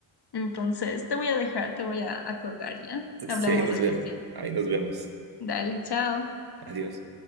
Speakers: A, on the left (about 55°); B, on the right (about 50°).
A: Entonces, te voy a dejar, te voy a, a colgar ya. Hablamos
B: Sí, ahí nos
A: despuesito.
B: vemos. Ahí nos vemos.
A: Dale, chao.
B: Adiós.